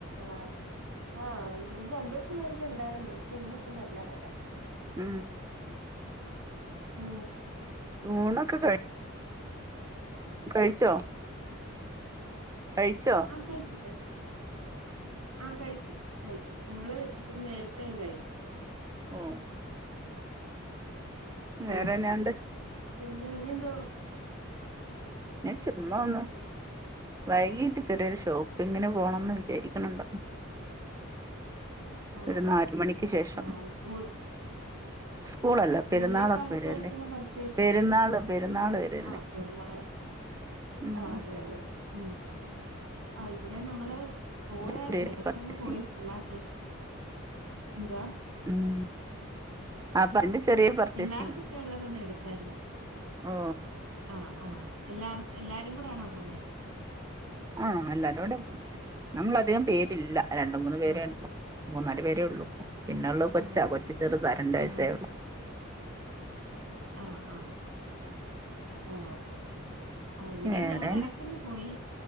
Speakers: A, on the right; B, on the right.
A: ആ ആ ഇവടെ രണ്ട് ദെവസം വെയില് ഇണ്ടായിരുന്നു പശെ ഇന്നിപ്പം നല്ലാ മഴ
B: ഉം
A: ഓ
B: ഊണൊക്കെ കഴി കഴിച്ചോ കഴിച്ചോ
A: ആ കൈയിച്ചു കൈയിച്ച് ആ കഴിച്ച് കഴിച്ച് ഞങ്ങള് ഇച്ചിരി നേരത്തെയും കഴിച്ച്
B: ഓ വേറെന്നാണ്ട്
A: ഉം പിന്നെ ഇനിയെന്തോ
B: ഞാൻ ചുമ്മാ വന്ന് വൈകീട്ട് ചെറിയൊരു ഷോപ്പ് പ്പിങ്ങിന് പോണം ന്ന് വിചാരിക്കണണ്ട്
A: ആണോ
B: ഒര് നാല് മണിക്ക് ശേഷം
A: ആഹ് സ്കൂൾ
B: സ്കൂളല്ല
A: സ്കൂളിലേക്ക്
B: പെരുന്നാളൊക്കെ
A: ആവശ്യമായിട്ടുള്ള
B: വരുവല്ലേ
A: പർച്ചോസാണ്
B: പെരുന്നാള് പെരുന്നാള് വരുവല്ലേ
A: ആ പെരുന്നാള്
B: ഉം
A: ആ അതെ അതെ ഉം ആ ഇവടെ നമ്മള് പോയാര്ന്ന്
B: ചെറിയൊരു
A: ഇടക്കൊന്ന്
B: പർച്ചേസിങ്
A: പോയി പിള്ളാർക്ക് എന്തവാ
B: ഉം <unintelligible> പർച്ചേസിങ്
A: പിള്ളാർക്കെക്കെ ള്ളതന്ന് എടുത്തായിര്ന്ന്
B: ഓ
A: ആ ആ എല്ലാർ എല്ലാരും കൂടെ ആണോ പോന്നേ
B: ആ എല്ലരോടെ പോന്നേ നമ്മള് അധികം പേരില്ല രണ്ട്മൂന്ന് പേരെള്ളു
A: ഉം
B: മൂന്നാല് പേരേ ഒള്ളൂ പിന്നെള്ള കൊച്ചാ
A: ആ
B: കൊച്ച് ചെറ്ത രണ്ട് വയസ്സായെള്ളൂ
A: ആ ആ ആ ആ ആ ഇവിടെം
B: വേറെ
A: ഞങ്ങളെടക്കെന്ന് പോയി